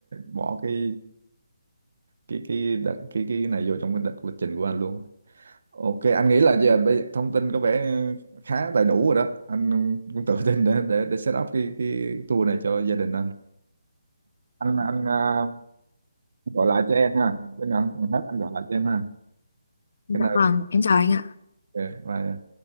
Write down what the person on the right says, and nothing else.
bỏ cái cái cái đợt, cái cái này vô trong cái đợt lịch trình của anh luôn ok anh nghĩ là giờ bây- thông tin có vẻ khá đầy đủ rồi đó anh cũng tự tin để để để set up cái cái tour này cho gia đình anh anh anh ờ, gọi lại cho em ha cái nào hết anh gọi lại cho em ha
cái nào.
ok bye